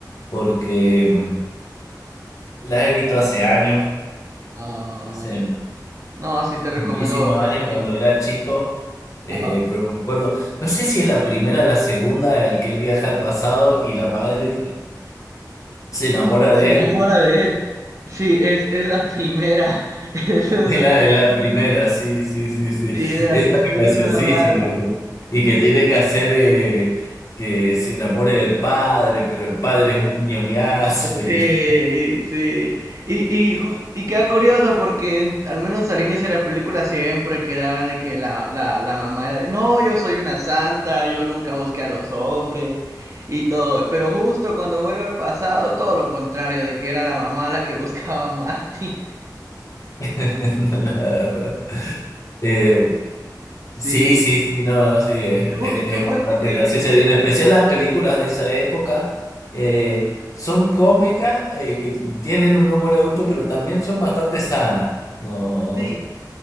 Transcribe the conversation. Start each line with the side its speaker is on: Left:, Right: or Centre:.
Left: porque mm, las he visto hace años,
Right: ah,
Left: hace
Right: ya. No, sí te recomiendo
Left: muchísimos
Right: volverlas
Left: años
Right: a ver.
Left: cuando era chico, eh,
Right: Ajá.
Left: pero me acuerdo, no sé si es la primera o la segunda, el que él viaja al pasado y la madre se enamora
Right: Se
Left: de
Right: enamora
Left: él.
Right: de él. Sí, es, es la primera. <laughs> Esa
Left: Es
Right: Es una,
Left: la, es la primera, sí, sí, sí, sí.
Right: sí, de las
Left: Esa
Right: situaciones
Left: es graciosísima.
Right: más raras.
Left: ¿no? Y que tiene que hacer eh, que se enamore del padre, pero el padre es un ñoñazo y
Right: Sí,
Left: no,
Right: sí. Y, y, ju- y queda curioso porque en- al menos al inicio de la película siempre quedaban de que la, la, la mamá era de, no, yo soy una santa, yo nunca busqué a los hombres y todo. Pero justo cuando vuelve al pasado, todo lo contrario, de que era la mamá la que <laughs> buscaba a Marty.
Left: <laughs> no la agarra. Eh,
Right: Sí.
Left: sí, sí, sí, no, no, sí, es,
Right: ¿Y tú,
Left: es-
Right: y tú
Left: es bastante
Right: pues, qué,
Left: graciosa.
Right: qué película?
Left: Y en especial las películas de esa época eh, son cómicas, eh, que tienen un humor adulto, pero también son bastante sanas. No.
Right: Sí,